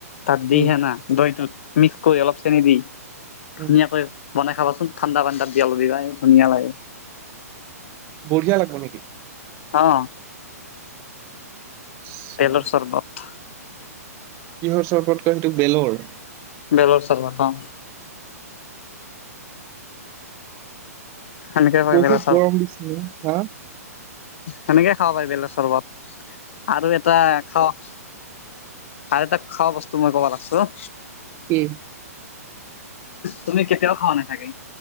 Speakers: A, on the left; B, on the right.
A: তাত দিহেনা
B: উম
A: দৈটোত মিক্স কৰি অলপ চেনি দি ধুনীয়াকৈ
B: উম
A: বনাই খাবাচোন ঠাণ্ডা পানীত দি অলপ ধুনীয়া লাগে।
B: বঢ়িয়া লাগিব নেকি?
A: অ'।
B: আচ্ছা,
A: বেলৰ চৰবত।
B: কিহৰ চৰ্বতকৈ সেইটো বেলৰ?
A: বেলৰ চৰবত অ'। সেনেকে কয়
B: বহুত
A: বেলৰ
B: গৰম দিছে ন হা
A: সেনেকেই খাব পাৰিবলে চৰ্বত আৰু এটা খাৱ আৰু এটা খোৱা বস্তু মই কব লাগছো
B: উম।
A: তুমি কেতিয়াও খোৱা নাচাগে